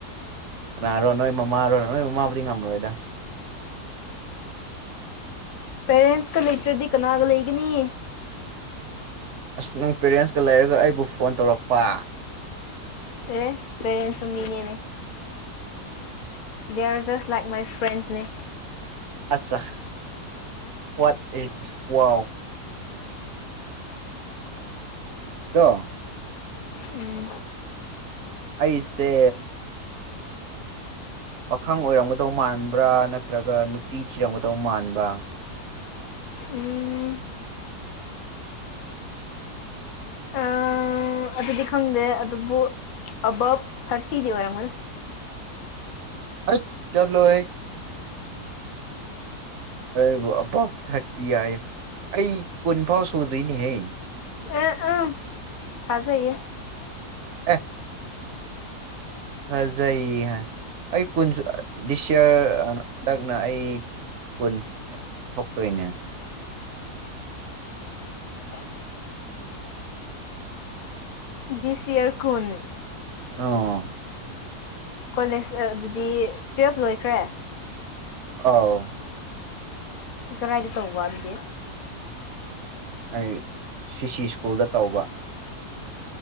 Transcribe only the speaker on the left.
ꯄꯦꯔꯦꯟꯁꯀ ꯂꯩꯇ꯭ꯔꯗꯤ ꯀꯅꯥꯒ ꯂꯩꯒꯅꯤ
ꯑꯦ ꯄꯦꯔꯦꯟꯁꯨ ꯃꯤꯅꯤꯅꯦ they are just like my ꯐ꯭ꯔꯦꯟꯁꯅꯦ
ꯑ <unintelligible>
ꯎꯝ
ꯎꯝ ꯑꯥꯡ <unintelligible> ꯑꯗꯨꯗꯤ ꯈꯪꯗꯦ ꯑꯗꯨꯕꯨ ꯑꯥꯕꯞ ꯊꯥꯔꯇꯤꯗꯤ ꯑꯣꯏꯔꯝꯒꯅꯤ
ꯑ ꯎꯝ ꯊꯥꯖꯩꯌꯦ
ꯑ <unintelligible> ꯗꯤꯁ ꯌꯔ ꯀꯨꯟ
ꯀꯣꯂꯦꯖ ꯑꯗꯨꯗꯤ ꯇꯨꯋꯦꯜꯐ ꯂꯣꯏꯈ꯭ꯔꯦ
ꯀꯔꯥꯏꯗ ꯇꯧꯕ ꯑꯗꯨꯗꯤ